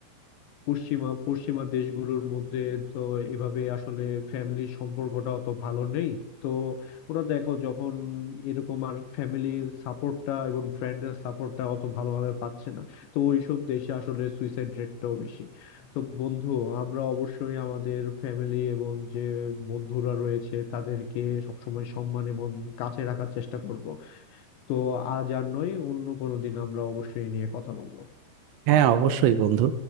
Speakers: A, on the left (about 75°); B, on the right (about 80°).
A: পশ্চিমা পশ্চিমা দেশগুলোর মধ্যে তো এভাবে আসলে ফ্যামিলির সম্পর্কটা অত ভালো নেই তো ওরা দেখো যখন এরকম আর ফ্যামিলির সাপোর্টটা এবং ফ্রেন্ডের সাপোর্টটা অত ভালোভাবে পাচ্ছে না তো ওইসব দেশে আসলে সুইসাইড রেটটাও বেশি তো বন্ধু আমরা অবশ্যই আমাদের ফ্যামিলি এবং যে বন্ধুরা রয়েছে তাদেরকে সবসময় সম্মান এবং কাছে রাখার চেষ্টা করব তো আজ আর নয় অন্য কোনো দিন আমরা অবশ্যই এই নিয়ে কথা বলবো
B: হ্যাঁ অবশ্যই বন্ধু